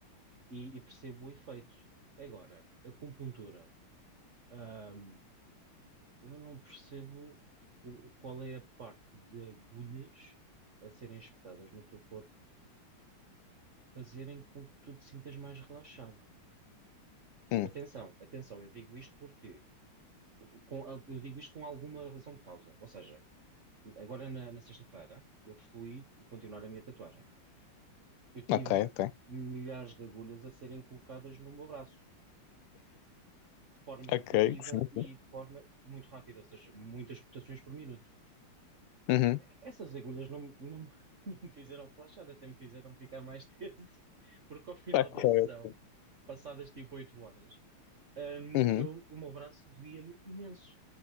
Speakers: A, on the right (about 45°); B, on the left (about 85°).
A: e e percebo o efeito. Agora, acupuntura. Ahm, eu não percebo o- qual é a parte de agulhas a serem espetadas no teu corpo fazerem com que tu te sintas mais relaxado.
B: hum,
A: Atenção, atenção, eu digo isto porque com, al- eu digo isto com alguma razão de causa. Ou seja, agora na, na sexta-feira eu fui continuar a minha tatuagem. Eu tive
B: ok, ok.
A: milhares de agulhas a serem colocadas no meu braço, de forma repetitiva
B: Ok, sim.
A: e de forma muito rápida, ou seja, muitas rotações por minuto.
B: Uhum,
A: Essas agulhas não, não, <laughs> não me fizeram relaxar, até me fizeram ficar mais <laughs> tenso, porque ao final
B: ok.
A: da sessão, passadas tipo 8 horas, hum,
B: Uhum,
A: eu, o meu braço doía-me imenso.